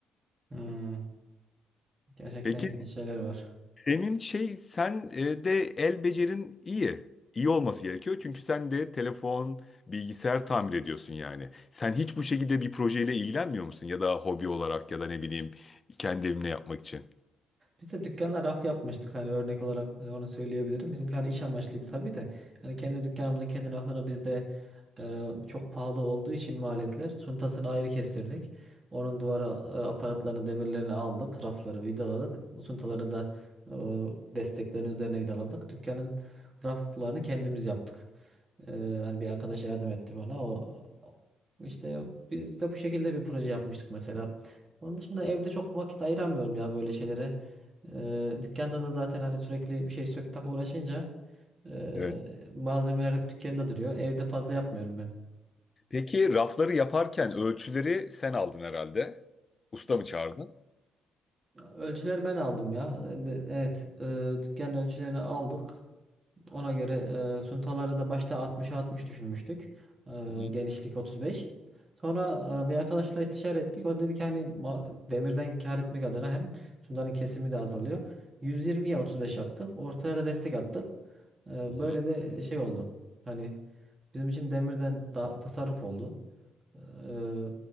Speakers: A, on the right; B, on the left.
A: Hmm, gerçekten
B: Peki
A: ilginç şeyler var.
B: senin şey sen e, de el becerin iyi. İyi olması gerekiyor. Çünkü sen de telefon, bilgisayar tamir ediyorsun yani. Sen hiç bu şekilde bir projeyle ilgilenmiyor musun? Ya da hobi olarak ya da ne bileyim kendi evimle yapmak için.
A: Biz de dükkana raf yapmıştık hani örnek olarak e, onu söyleyebilirim. Bizimki hani iş amaçlıydı tabii de. Yani kendi dükkanımızın kendi rafını biz de e, çok pahalı olduğu için maliyetler suntasını ayrı kestirdik. Onun duvara e, aparatlarını, demirlerini aldık. Rafları vidaladık. Bu suntaları da e, desteklerin üzerine vidaladık. Dükkanın raflarını kendimiz yaptık. E, hani bir arkadaş yardım etti bana. O o- işte biz de bu şekilde bir proje yapmıştık mesela. Onun dışında evde çok vakit ayıramıyorum ya böyle şeylere. Eee, dükkanda da zaten hani sürekli bir şey sök tak uğraşınca eee,
B: Evet.
A: malzemeler hep dükkanda duruyor. Evde fazla yapmıyorum ben.
B: Peki rafları yaparken ölçüleri sen aldın herhalde. Usta mı çağırdın?
A: Ölçüleri ben aldım ya. E, de- Evet, eee dükkan ölçülerini aldık. Ona göre eee, suntaları da başta 60'a 60 düşünmüştük. Eee,
B: Hı hı.
A: genişlik 35. Sonra eee, bir arkadaşla istişare ettik. O dedi ki hani ma- demirden kâr etmek adına hem suntanın kesimi de azalıyor. 120'ye 35 yaptık. Ortaya da destek attık. Eee,
B: Hı hı.
A: böyle de şey oldu. Hani Bizim için demirden daha tasarruf oldu. Ee,